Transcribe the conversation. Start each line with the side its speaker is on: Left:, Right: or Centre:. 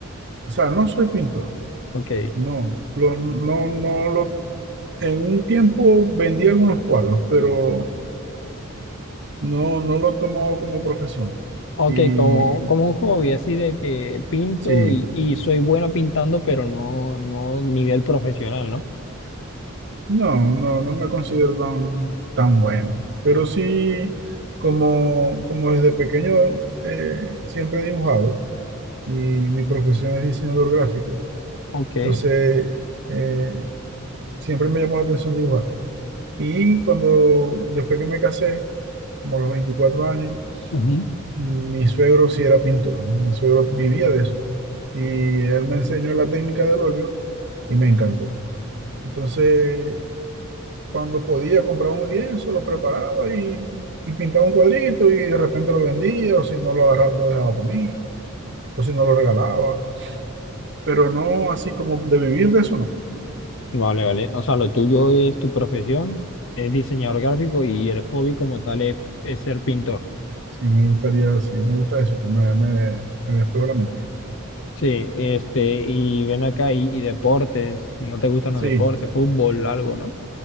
Right: O sea, no soy pintor,
Left: Ok,
Right: no, lo- no, no lo, en un tiempo vendí algunos cuadros, pero no, no lo he tomado como profesión.
Left: ok,
Right: Y
Left: como, como un hobby, así de que pinto
Right: sí,
Left: y, y soy bueno pintando, pero no, no nivel profesional, ¿no?
Right: No, no, no me considero tan, tan bueno, pero sí, como, como desde pequeño eh, siempre he dibujado y mi profesión es diseñador gráfico,
Left: Ok,
Right: entonces eh, siempre me llamó la atención dibujar. Y cuando, después que me casé, como a los 24 años,
Left: ujú,
Right: mi suegro sí era pintor, mi suegro vivía de eso y él me enseñó la técnica del óleo y me encantó. Entonces, Cuando podía comprar un lienzo, lo preparaba y, y pintaba un cuadrito y de repente lo vendía, o si no lo agarraba, lo dejaba para mí, o si no lo regalaba. Pero no así como de vivir de eso, no.
Left: Vale, vale, o sea, lo tuyo es tu profesión, es diseñador gráfico y el hobby como tal es es ser pintor.
Right: Sí, me gustaría, sí, me gusta eso, pues me, me, me despejo la mente.
Left: Sí, este, y ven acá, y, y deportes, ¿no te gustan
Right: Sí,
Left: los deportes? Fútbol, algo, ¿no?